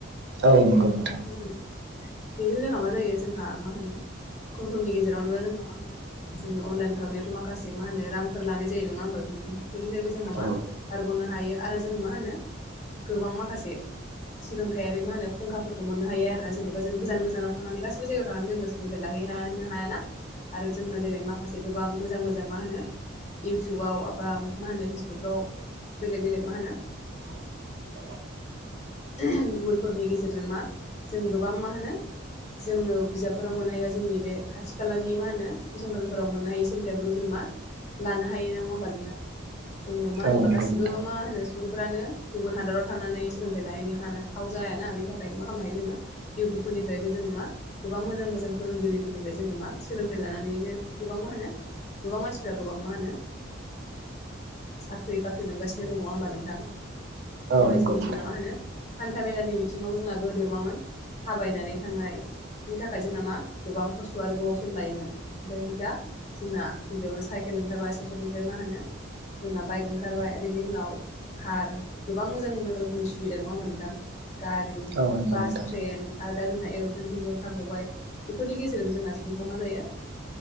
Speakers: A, on the right (about 55°); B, on the left (about 35°).
A: औ नंगौ नोंथां।
B: <unintelligible> बेजों जोंहा मा जायो जोंहा मा होनो खम समनि गेजेरावनोबो जोंहा मा होनो जोङो अनलाइन खालामनायावथ' माखासे मा होनो रांफोर लानाय जायो नङा होमबा बेफोरनिफ्रायबो जोंहा मा
A: औ
B: बारग'नो हायो आरो जों मा होनो गोबां माखासे सोलोंथायारि मा होनो फुंखाफोरखौ मोननो हायो आरोना जेनेबा जों गोजान गोजानाव थांनानै गासिबो जायगायाव थांनानै जोङो सोलोंथय लाहैनो हायाना आरो जोंना जेरै माखासे गोबां मोजां मोजां मा होनो इउटुबाव एबा मा होनो फेसबुकफ्राव बेलेग बेलेग मा होनो
A: <inaudible>
B: गुगोलफोरनि गेजेरजों मा जों गोबां मा होनो जोङो बिजाबफोराव मोननो हायोबा जोंनि बे खाथि खालानि मा होनो फसंथानफोराव मोननो हायि सोलोंथाइफोरखौ जों मा लानो हायो नङा होमबा नोंथां। जोङो मा
A: औ
B: होनबा
A: नंगौ
B: गासिबो
A: नोंथां
B: मा होनो सुबुंफ्रानो गुबुन हादराव थांनानै सोलोंथाइ लाहैनो हाथाव जायाना बेनि थाखायनो मा खालामनो हायो जोङो इउटुबफोरनिफ्रायबो जोङो मा गोबां मोजां मोजां फोरोंगिरिफोरनिफ्राय जोङो मा सोलोंथाइ लानानैनो गोबां मा होनो गोबां मानसिफ्रा गोबां मा होनो साख्रि बाख्रि मोनगासिनो दङ'। नङा होमबा नोंथां?
A: औ
B: बेबायदिनो
A: नंगौ नोंथां
B: जोंना मा होनो हान्था मेलानि बिथिङाव जोंना गोदो मामोन थाबायनानै थांनाय बिनि थाखाय जोंना मा गोबां खस्थ' आरो गोबाव सम लायोमोन ओमफ्राय बि दा जोंना बेयावनो साइकेल ओंखारबाया साइकेलनिफ्राय मा होनो जोंना बाइक ओंखारबाय बेनि उनाव कार गोबां मोजां मोजां रोखोमनि सुबिदा नङा होमबा नोंथां। गारि
A: औ नंगौ
B: बास
A: नोंथां।
B: ट्रेन आरो दा जोंना एर'प्लेनफोरबो ओंखारबावबाय बेफोरनि गेजेरजों जोंना सुबुंफ्रा मा जायो